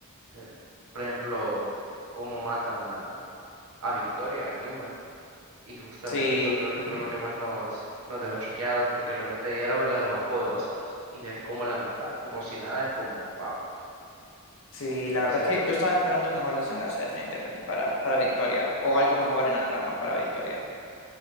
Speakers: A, on the right; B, on the left.
A: eh, por ejemplo, cómo matan a, a Victoria, a Newman. Y justamente
B: Sí.
A: eso creo que
B: ujú.
A: fue lo que más nos, nos dejó choqueados, porque realmente ella era una de las más poderosas. Y ver cómo la mata, como si nada, es como, wow.
B: Sí, la
A: Entonces,
B: verdad es que yo estaba esperando un mejor desenlace definitivamente para, para Victoria o algo mejor en la trama para Victoria,